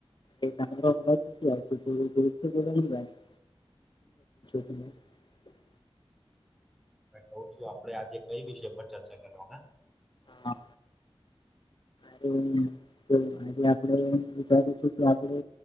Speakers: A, on the left (about 50°); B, in the centre.
A: એ તમારો અવાજ નથી આવતો થોડું જોરથી બોલો ને ભાઈ. <unintelligible>
B: કઉ છું આપડે આજે કઈ વિષય પર ચર્ચા કરવાના?
A: હા. આરેના તો આજે આપડે વિચારું છું કે આપડે